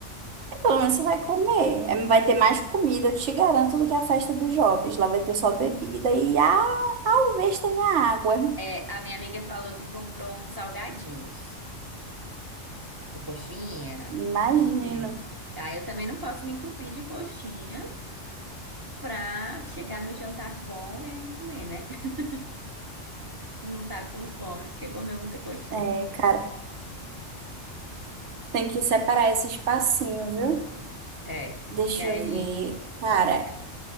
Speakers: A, on the right; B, on the right.
A: pelo menos você vai comer. É, Vai ter mais comida, eu te garanto, do que a festa dos jovens. Lá vai ter só bebida e, ah, talvez tenha água.
B: É, a minha amiga falou que comprou uns salgadinhos. Tipo, coxinha.
A: Imagino.
B: esse- Aí eu também não posso me entupir de coxinha pra chegar no jantar bom e aí não comer, né? <laughs> Não tá com fome, porque comeu muita coxinha.
A: É, cara, tem que separar esse espacinho, viu?
B: É.
A: Deixa
B: E aí
A: eu ver. Cara,